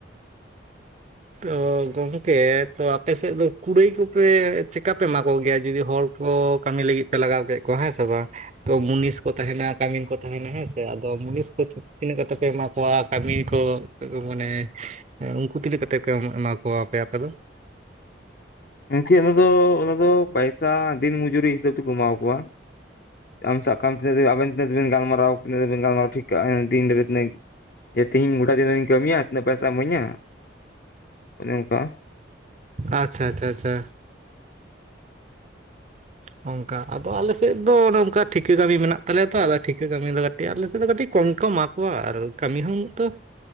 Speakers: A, on the right; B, on the left.
A: ᱛᱚ ᱜᱚᱝᱠᱮ ᱛᱚ ᱟᱯᱮᱥᱮᱫ ᱫᱚ ᱠᱩᱲᱟᱹᱭ ᱠᱚᱯᱮ ᱪᱮᱠᱟ ᱯᱮ ᱮᱢᱟ ᱠᱚᱜᱮᱭᱟ ᱡᱩᱫᱤ ᱦᱚᱲ ᱠᱚ ᱠᱟᱹᱢᱤ ᱞᱟᱹᱜᱤᱫ ᱯᱮ ᱞᱟᱜᱟᱣ ᱠᱮᱫ ᱠᱚᱣᱟ ᱦᱮᱸ ᱥᱮ ᱵᱟᱝ ᱛᱚ ᱢᱩᱱᱤᱥ ᱠᱚ ᱛᱟᱦᱮᱱᱟ ᱠᱟᱹᱢᱤ ᱠᱚ ᱛᱟᱦᱮᱱᱟ ᱦᱮᱸᱥᱮ ᱟᱫᱚ ᱢᱩᱱᱤᱥ ᱠᱚ ᱛᱤᱱᱟᱹᱜ ᱠᱟᱛᱮ ᱯᱮ ᱮᱢᱟ ᱠᱚᱣᱟ ᱠᱟᱹᱢᱤ ᱠᱚ ᱢᱟᱱᱮ ᱩᱱᱠᱩ ᱛᱤᱱᱟᱹᱜ ᱠᱟᱛᱮ ᱠᱚ ᱮᱢᱟ ᱠᱚᱣᱟᱯᱮ ᱟᱯᱮ ᱫᱚ
B: ᱜᱚᱝᱠᱮ ᱚᱱᱟ ᱫᱚ ᱚᱱᱟ ᱫᱚ ᱯᱚᱭᱥᱟ ᱫᱤᱱ ᱢᱚᱡᱩᱨᱤ ᱦᱤᱥᱟᱹᱵᱽ ᱛᱮᱠᱚ ᱮᱢᱟᱣ ᱠᱚᱣᱟ ᱟᱢ ᱥᱟᱵᱟᱜ ᱠᱟᱜ ᱢᱮ ᱛᱤᱱᱟᱹᱜ ᱟᱵᱤᱱ ᱛᱤᱱᱟᱹᱜ ᱜᱟᱞᱢᱟᱨᱟᱣ ᱤᱱᱟᱹᱜᱤᱱ ᱜᱟᱞᱢᱟᱨᱟᱣ ᱴᱷᱤᱠᱼᱟᱠᱟᱫᱟ ᱛᱮᱦᱮᱧ ᱫᱷᱟᱨᱤᱡ ᱛᱤᱱᱟᱹᱜ ᱡᱮ ᱛᱮᱦᱧ ᱜᱚᱴᱟ ᱫᱤᱱ ᱨᱤᱧ ᱠᱟᱹᱢᱤᱭᱟ ᱛᱤᱱᱟᱹᱜ ᱯᱚᱭᱥᱟᱢ ᱤᱢᱟᱹᱧᱟ ᱚᱱᱮ ᱚᱱᱠᱟ
A: ᱟᱪᱪᱷᱟ ᱟᱪᱪᱷᱟ ᱟᱪᱪᱷᱟ ᱚᱱᱠᱟ ᱟᱫᱚ ᱟᱞᱮᱥᱮᱫ ᱫᱚ ᱚᱱᱮ ᱚᱱᱠᱟ ᱴᱷᱤᱠᱟᱹ ᱠᱟᱹᱢᱤ ᱢᱮᱱᱟᱜ ᱛᱟᱞᱮᱭᱟ ᱛᱚ ᱟᱫᱚ ᱴᱷᱤᱠᱟᱹ ᱠᱟᱹᱢᱤ ᱫᱚ ᱠᱟᱹᱴᱤᱡ ᱟᱞᱮᱥᱮᱫ ᱫᱚ ᱠᱟᱹᱴᱤᱡ ᱠᱚᱢ ᱜᱮ ᱠᱚ ᱮᱢᱟ ᱠᱚᱣᱟ ᱠᱚᱣᱟ ᱟᱨ ᱠᱟᱹᱢᱤ ᱦᱚᱸ ᱫᱚ